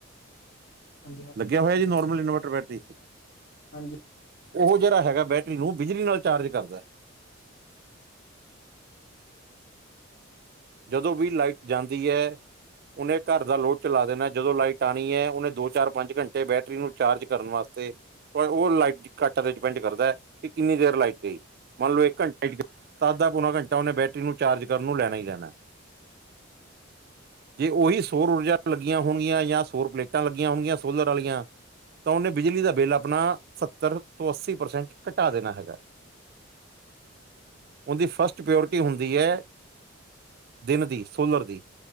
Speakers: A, on the left; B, on the right.
A: ਹਾਂਜੀ ਹਾਂ।
B: ਲੱਗਿਆ ਹੋਇਆ ਜੀ ਨੋਰਮਲ ਇਨਵਰਟਰ ਬੈਟਰੀ
A: ਹਾਂਜੀ।
B: ਉਹ ਜਿਹੜਾ ਹੈਗਾ ਬੈਟਰੀ ਨੂੰ ਬਿਜਲੀ ਨਾਲ ਚਾਰਜ ਕਰਦਾ। ਜਦੋਂ ਵੀ ਲਾਈਟ ਜਾਂਦੀ ਐ ਉਹਨੇ ਘਰ ਦਾ ਲੋਡ ਚਲਾ ਦੇਣਾ, ਜਦੋਂ ਲਾਈਟ ਆਉਣੀ ਹੈ, ਉਹਨੇ ਦੋ-ਚਾਰ-ਪੰਜ ਘੰਟੇ ਬੈਟਰੀ ਨੂੰ ਚਾਰਜ ਕਰਨ ਵਾਸਤੇ ਪਰ ਉਹ ਲਾਈਟ ਕੱਟ ਤੇ ਡਿਪੈਂਡ ਕਰਦਾ ਹੈ ਕਿ ਕਿੰਨੀ ਦੇਰ ਲਾਈਟ ਗਈ। ਮੰਨ ਲਓ ਇੱਕ ਘੰਟਾ, ਅੱਧਾ ਪੌਣਾ ਘੰਟਾ, ਉਹਨੇ ਬੈਟਰੀ ਨੂੰ ਚਾਰਜ ਕਰਨ ਨੂੰ ਲੈਣਾ ਹੀ ਲੈਣਾ। ਜੇ ਉਹੀ ਸੋਰ ਊਰਜਾ ਲੱਗੀਆਂ ਹੋਣਗੀਆਂ, ਜਾਂ ਸੋਰ ਪਲੇਟਾਂ ਲੱਗੀਆਂ ਹੋਣਗੀਆਂ, ਸੋਲਰ ਵਾਲੀਆਂ ਤਾਂ ਉਹਨੇ ਬਿਜਲੀ ਦਾ ਬਿੱਲ ਆਪਣਾ ਸੱਤਰ ਤੋਂ ਅੱਸੀ ਪ੍ਰਸੈਂਟ ਘਟਾ ਦੇਣਾ ਹੈਗਾ।
A: <inaudible>
B: ਉਹਦੀ ਫਸਟ ਪਿਓਰਿਟੀ ਹੁੰਦੀ ਹੈ ਦਿਨ ਦੀ, ਸੋਲਰ ਦੀ,